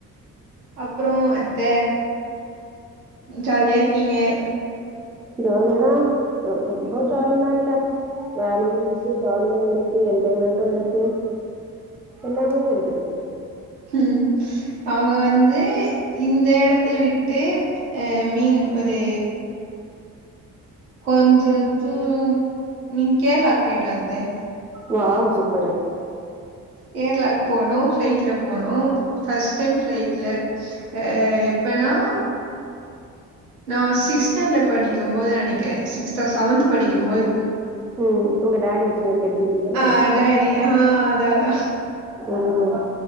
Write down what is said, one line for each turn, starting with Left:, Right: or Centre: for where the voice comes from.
Right: அப்றோ அத்த ஜாலியா இருக்கீங்க
Centre: ஜாலின்னா ரொம்ப ஜாலில்லா இல்ல வேலயும் இருக்கு ஜாலியு இருக்கு என்ஜாய்மெண்ட் இருக்கு எல்லாமே இருக்குது
Right: ம் அவுங்க வந்து இந்த எடத்த விட் ட்டு ஆ, மீன் ஒரு கொஞ்ச தூரோ நீங்க கேரளாக்கு போயிட்டு வர்றது
Centre: வாவ் சூப்
Right: கேரளாக்கு போனோ பிளைட்ல போனோ ஃபர்ஸ்ட் டைம் ஃப்ளைட்ல அ எப்பனா நா சிக்ஸ்த் ஸ்டாண்டர்ட் படிக்கும்போது நெனைக்கிறே சிக்ஸ்த்தா செவன்த் படிக்கும் போது
Centre: ம், உங்க டாடி வச்சுன்னு இருக்க டி பி தானே
Right: ஆ டாடி ஆ அதா, அதா
Centre: ம்